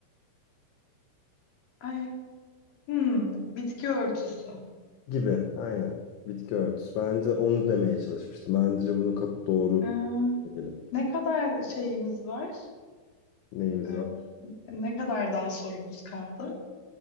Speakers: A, on the left; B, on the left.
A: Ay, hmm, bitki örtüsü.
B: gibi. Aynen. Bitki örtüsü. Bence onu demeye çalışmıştım. Bence bunu kap- doğru
A: Ee,
B: edelim.
A: ne kadar şeyimiz var?
B: Neyimiz
A: Ee,
B: var?
A: ne kadar daha sorumuz kaldı?